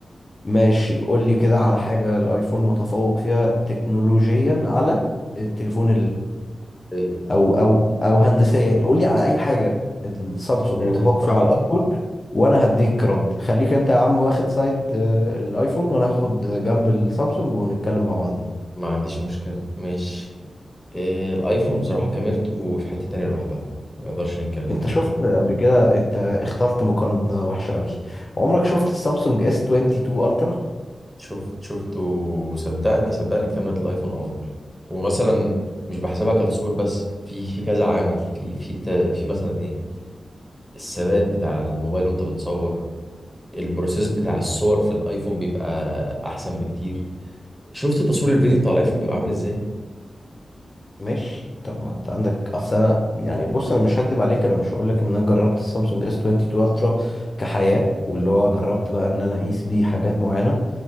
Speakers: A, on the left; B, in the centre.
A: ماشي قول لي كده على حاجه الايفون متفوق فيها تكنولوجيا على التليفون
B: إيه،
A: او او او هندسيا يعني قول لي على اي حاجه السامسونج
B: إيه،
A: متفوق فيها
B: بصراحة
A: على الايفون وانا هديك رد خليك انت يا عم واخد سايد آه، الايفون وانا هاخد جنب السامسونج ونتكلم مع بعضنا
B: ما عنديش مشكلة ماشي إيه الايفون بصراحة كاميرته في حتة تانية لوحدها ما نقدرش ننكر ده
A: انت شفت قبل كده انت اخترت مقارنه وحشه قوي عمرك شفت السامسونج اس 22 الترا
B: شفت شفته صدقني صدقني كاميرا الايفون افضل ومثلا مش بحسبها كتصوير بس في في كذا عامل في في تا- في مثلا ايه الثبات بتاع الموبايل وانت بتصور البروسيس بتاع الصور في الايفون بيبقى احسن بكتير شفت تصوير الفيديو بتاع الايفون بيبقى عامل ازاي
A: ماشي طب ما انت عندك اصل أنا- يعني بص انا مش هكدب عليك انا مش هقول لك ان انا جربت السامسونج اس 22 الترا كحياه واللي هو جربت بقى ان انا اقيس بيه حاجات معينه